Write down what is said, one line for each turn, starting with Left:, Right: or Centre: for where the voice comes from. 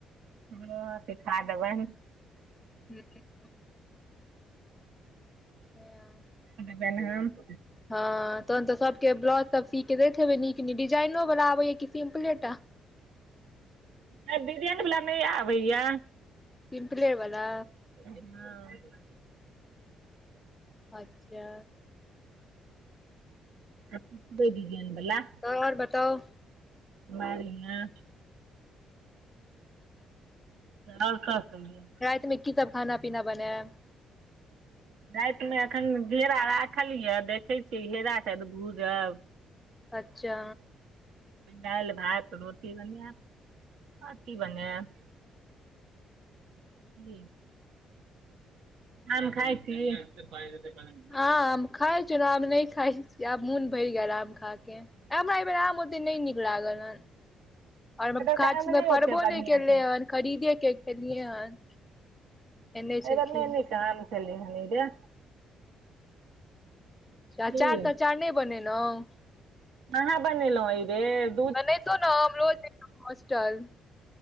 Right: ह त खा देबै
Left: <unintelligible> ह
Right: बनहाम <unintelligible>
Left: हँ तहन तऽ सभके ब्लाउज सब सी के दैत हेबै नीक नीक डिजाइनोवला आबैया कि सिम्पले टा
Right: नहि डिजाइन बला नहि आबैए
Left: सिम्पले बला
Right: हँ
Left: अच्छा
Right: <unintelligible> सिम्पले डिजाइन बला
Left: तब आओर बताउ
Right: मारिये <unintelligible> आओर कह <unintelligible>
Left: राति मे की सब खाना पीना बनेब
Right: राति मे अखन घेरा राखल यऽ देखै छियै घेरा के भूजब
Left: अच्छा
Right: दालि भात रोटी बनेब आओर की बनेब जी आम खाइ छी <inaudible>
Left: आम खाइ छी ओना नहि खाइ छी आब मोन भरि गेल आम खा के हमरा एहि बेेर आम ओते नहि नीक लागल हन आओर
Right: एतुका
Left: काच
Right: आम नहि
Left: मे फड़बो
Right: ओते बढ़िआँ
Left: नहि केलै
Right: छै
Left: हन खरीदे के खेलियै हन एने छलखिन
Right: अहिबेर नहि नीक आम छेलै हन एहिबेर
Left: अच्छा अंचार
Right: की
Left: तचार नहि बनेलहुँ
Right: कहाँ बनेलौं अइबेर
Left: बनैतौं न हम लऽ जइतौं होस्टल